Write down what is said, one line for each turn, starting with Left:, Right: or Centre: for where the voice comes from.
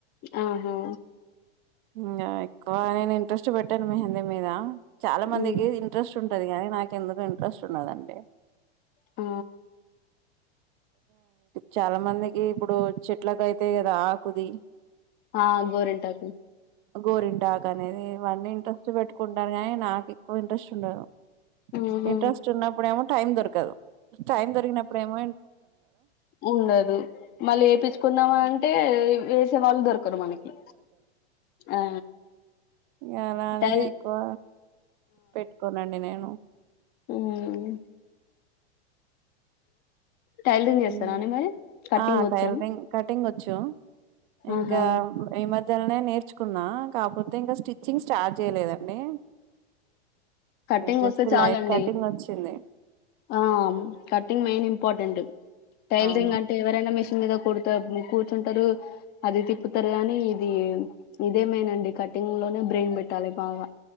Left: అహో
Right: ఇంగ ఎక్కువ నేను ఇంట్రెస్ట్ పెట్టను మెహందీ మీద చాలా మందికి
Left: ఉమ్
Right: ఇంట్రెస్ట్ ఉం టాది కానీ నాకెందుకో ఇంట్రెస్ట్ ఉండదండి
Left: ఆ
Right: చాలా మందికి ఇప్పుడు చెట్లకు అయితయి కదా ఆకుది
Left: ఆ గోరింటాకు
Right: గోరింటాకు అనేది ఇవన్నీ ఇంట్రెస్ట్ పెట్టుకుంటారు కానీ నాకు ఎక్కువ ఇంట్రెస్ట్ ఉండదు
Left: ఉహు
Right: ఇంట్రెస్ట్ ఉన్నప్పుడు ఏమో టైం దొరకదు టైం దొరికినప్పుడు ఏమో
Left: ఉండదు మళ్ళీ ఏపీచుకుందాం అంటే వేసే వాళ్ళు దొరక కరు మనకి ఆ
Right: ఇ అలానే
Left: టైల్
Right: ఎక్కువ పెట్టుకోననండి నేను
Left: హ్మ్ టైలరింగ్ చేస్తారా
Right: హ్మ
Left: అండి మరి కటింగ్
Right: ఆ
Left: వచ్చా
Right: టైలరింగ్ కట్ కటింగ్ వచ్చు ఇంకా
Left: ఆహా
Right: ఈ మద్ లనే నేర్చుకున్నా కాకపోతే ఇంకా స్టిచ్చింగ్ స్టార్ట్ చేయలేదండి
Left: కట్టింగ్
Right: జస్ట్
Left: వస్తే చాలండి
Right: లైట్ కటింగ్ వచ్చింది
Left: ఆ కటింగ్ మెయిన్ ఇంపార్టెంట్ టైలరింగ్
Right: అవును
Left: అంటే ఎవరైనా మి మీద కుడుత కూర్చుంటారు అది తిప్పుతారు కానీ ఇది ఇదే మెయిన్ ఆండీ కట్ ఇంగ్ లోనే బ్రెయిన్ పెట్టాలి బాగా